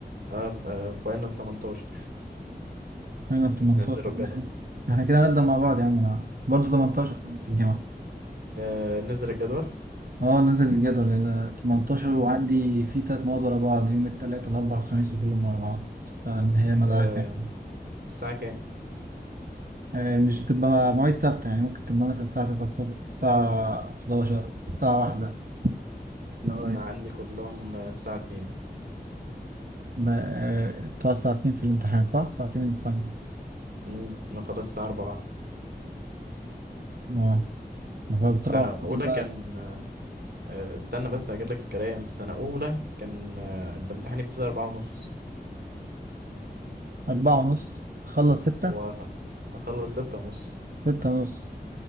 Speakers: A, on the right; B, on the right.
A: آه، آه، فاينل 18
B: فاينل 18
A: نزلوا الجدول
B: ده احنا ده احنا كده هنبدأ مع بعض يا عم انا برضه 18 في الجامعة
A: آه، نزل الجدول
B: اه نزل الجدول انا 18 وعندي في تلات مواد ورا بعض يوم التلات الاربع الخميس وكلهم ورا بعض فاللي هي مدعكة
A: آه،
B: يعني
A: الساعة كام؟
B: آه، مش بتبقى مواعيد ثابتة يعني ممكن تبقى مثلا الساعة 9 الصبح الساعة 11 الساعة 1
A: أنا عندي كلهم آه، الساعة اتنين
B: ما آه، بتقعد ساعتين في الامتحان صح؟ ساعتين الفاينل
A: مم، أنا خلاص الساعة أربعة
B: ما ما هو بتروح
A: في سنة
B: البيت
A: أولى
B: بقى
A: كان آه، آه، استنى بس هجيب لك الكلام في سنة أولى كان آه، الامتحان يبتدي أربعة ونص
B: أربعة ونص تخلص ستة
A: وأخلص ستة ونص
B: ستة ونص